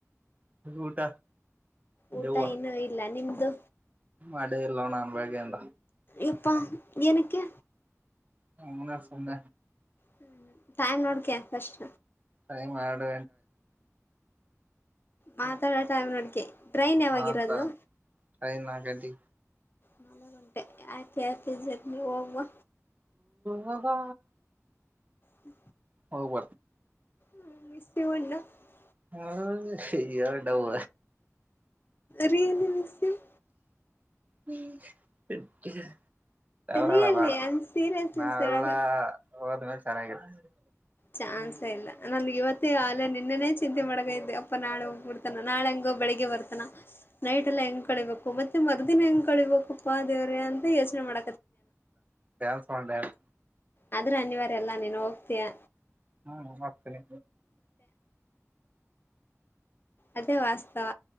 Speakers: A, on the right; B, on the left.
A: ಊಟ
B: ಊಟ
A: ದೆವ್ವ
B: ಇನ್ನು ಇಲ್ಲ ನಿಮ್ದು
A: ಮಾಡೇ ಇಲ್ಲ ನನ್ ಬಳಗೆ ಎಂತ
B: ಇಪ್ಪಾ ಏನಕ್ಕೆ
A: ಹ ಹನ ಸಂದ
B: ಹ್ಮ್ ಟೈಮ್ ನೋಡ್ಕ ಫಸ್ಟ್
A: ಅ ಮಾಡಡು
B: ಮಾತಾಡೋ ಟೈಮ್ ನೋಡ್ಕೆ ಟ್ರೈನ್ ಯಾವಾಗಿರೋದು
A: ಆತ್ತು <unintelligible> ಕತಿ
B: ನ ಗಂಟೆ ಆಯ್ತಿ ಆಯ್ತಿ ಇದ ಜ ಹೋಗವ
A: ಹವಾ
B: ಹ್ಮ
A: ಹೋಗ್ಬ
B: ಹ್ಮ <unintelligible>
A: ಹಾ ಇಯರ್ ಡವ್
B: ರಿ <unintelligible>
A: ಹ್ಮ ಸ ಅವಲ್ಲ
B: ರಿಯಲ್ಲಿ
A: ಬಾಡ
B: ಆಮ್ ಸೀರಿಯಸ್
A: ನಾವೆಲ್ಲಾ
B: ಹೇಳಕ್
A: ಹೋದ್ಮೇಲೆ ಚೆನ್ನಾಗಿರ್ತವಿ
B: ಚಾನ್ಸ ಇಲ್ಲ ನನ್ಗೆ ಇವತ್ತ ಅಲೆ ನಿನ್ನೆನನೆ ಚಿಂತೆ ಮಾಡಗ ಇದ್ದ ನಾಳ ಹೋಗ್ಬಿಡ್ತಾನ ನಾಳೆ ಹಂಗ ಬ ಬೆಳಗ್ ಬರ್ತಾನ ನೈಟ್ ಎಲ್ಲ ಹೆಂಗ್ ಕಳಿಬೇಕು ಮತ್ತೆ ಮರ್ದಿನ ಹೆಂಗ್ ಕಳಿಬೇಕಪ್ಪಾ ದೇವ್ರೇ ಅಂತ ಯೋಚನೆ ಮಾಡ
A: ಡ್ಯಾನ್ಸ್ ಮಾಡ ಡ್ಯಾನ್ಸ್
B: ಆದ್ರೆ ಅನಿವಾರ್ಯ ಎಲ್ಲಾ ನೀನು ಹೋಗ್ತೀಯಾ
A: ಹ್ಮ ಆಗ್ತನೆ
B: ಅದೇ ವಾಸ್ತವ